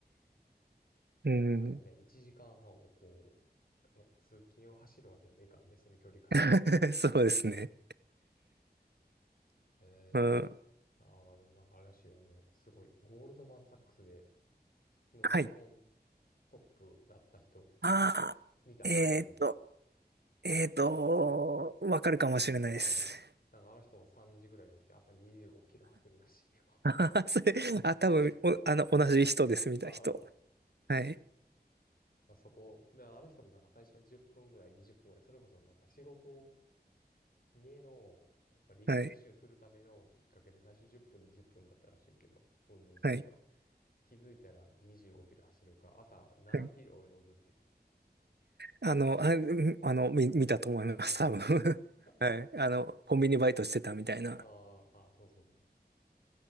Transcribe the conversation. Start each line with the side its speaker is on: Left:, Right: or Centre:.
Right: うん。
Left: あ、でもあれはね、1時間半をこう、あの、通勤を走るわけにもいかんね、その距離感
Right: <laughs> そうですね。
Left: えー、
Right: うん。
Left: ああ、でもなんかあれらしいよ、あの、すごい、ゴールドマン・サックスでの日本
Right: はい。
Left: トップだった人、
Right: ああ、
Left: 見たインタビュー。
Right: えーっと、えーっと、わかるかもしれないです。
Left: あの、なんかあの人は3時ぐらいに起きて朝25キロ走るらしいよ。
Right: <laughs> あははそれ、あ、多分、お、
Left: <laughs>
Right: あの、
Left: うい
Right: 同じ人です、見た人。
Left: ああ、
Right: はい、
Left: あそこ、で、あの人もなんか最初は10分ぐらい、20分ぐらい、それこそなんか仕事根の、なんかリフレッシュするためのきっかけで最初10分、
Right: はい、
Left: 20分だったらしいけど、運動するのが。
Right: はい。
Left: 気づいたら25キロ走るか、朝7キロ泳ぐって言ってた。
Right: はいあの、あ、うんあの、見、見たと思います、
Left: あ、見た。
Right: 多分。<laughs>
Left: <laughs>
Right: はい。あの、コンビニバイトしてたみたいな。
Left: あーあー、そうそうそう。